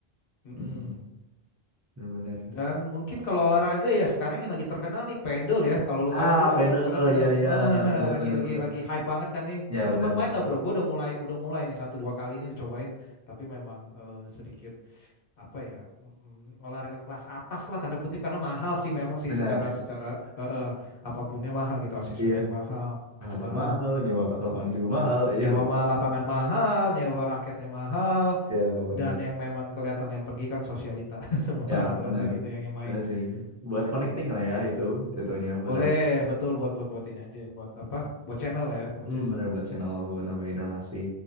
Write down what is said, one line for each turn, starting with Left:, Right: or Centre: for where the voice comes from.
Left: Mm-mm.
Right: Mm, Benar-benar.
Left: Dan mungkin kalau olahraga ya sekarang yang lagi terkenal nih pedal ya. Kalau lu tahu
Right: Ah,
Left: bro ada
Right: pedal.
Left: pernah main
Right: Iya,
Left: ah,
Right: iya.
Left: ah,
Right: Benar-benar
Left: lagi lagi
Right: benar.
Left: lagi hype banget kan nih.
Right: Iya,
Left: Sempet
Right: benar.
Left: main nggak bro? Gue udah mulai udah mulai nih satu dua kali ini cobain. Tapi memang eh, sedikit apa ya mm, mm, olahraga kelas atas lah tanda kutip karena mahal sih memang sih
Right: Benar.
Left: secara secara eh, eh, apapunnya mahal gitu aksesoris
Right: Iya.
Left: mahal, apanya
Right: Alatnya
Left: mahal.
Right: mahal, nyewa lapangan juga mahal. Iya
Left: Nyewa
Right: sih.
Left: ma- lapangan mahal, nyewa raketnya mahal,
Right: Ya, benar.
Left: dan yang memang kelihatan yang pergi kan sosialita <laughs> semua
Right: Ya,
Left: rata-rata
Right: benar.
Left: gitu yang yang main.
Right: Benar sih. Buat connecting
Left: Gitu.
Right: lah ya
Left: Pedal.
Right: itu jatuhnya, buat
Left: Boleh, betul buat buat buat ini aja, ya, buat apa? Buat channel lah ya, buat
Right: Hmm,
Left: channel.
Right: bener buat channel buat nambahin relasi.